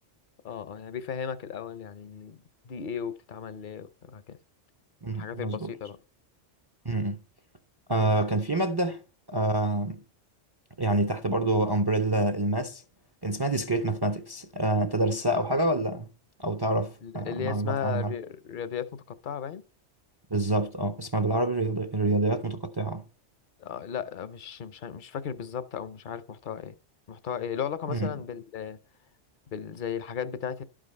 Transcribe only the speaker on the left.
اه اه يعني بيفهمك الاول يعني دي ايه وبتتعمل ليه وهكذا
الحاجات
البسيطة بقى
مم.
اللي
هي اسمها
ري- رياضيات متقطعة باين
آه لا مش مش مش فاكر بالظبط او مش عارف محتوى ايه محتوى ايه له علاقة
مثلا بال, بال... زي الحاجات بتاعة